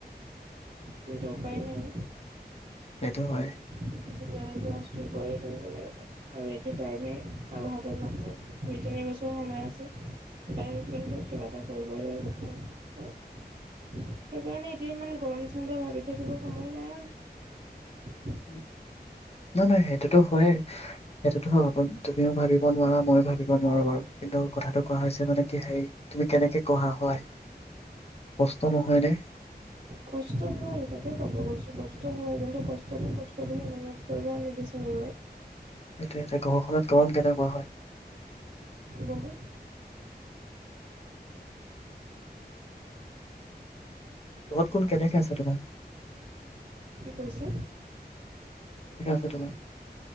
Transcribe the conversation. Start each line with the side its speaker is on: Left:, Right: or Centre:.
Right: তেটো উপ উপায় নাই ন
Left: সেইটো হয়
Right: যেতিয়ালকে আো কৰিয় থাকিব লাগিব আৰু এইটোটাই আৰু হাতত মাত দুই তিনিবছৰ সময় আছে কিবা এটা কৰিব লাগ সেইকাৰণে এতিয়া ইমান গৰম ঠাণ্ডা ভাবি থাকিব সময় নাই আৰু
Left: উম নহয় নহয় সেইটোতো হয়ে সেইটোো তুমিও ভাবি নোৱাৰা মই ভাবিব নোৱাৰো বাৰু কিন্তু কথাটো কোৱা হৈছে মানে কি হেৰি তুমি কেনেকে ক়া হয় কষ্ট নহয়নে
Right: কষ্ট হয় তাকে কব গৈছো কষ্ট হয় কিন্তু কষ্টতটো কষ্ট বুলি এমত কৰিব নিবিচাৰো আৰু
Left: সটো এয়া ঘৰখনাত গৰম কেনেকুৱা হয়
Right: বহুত
Left: লগত কোন কেনেকে আছে তোমাৰ
Right: কি কৈছে
Left: ধ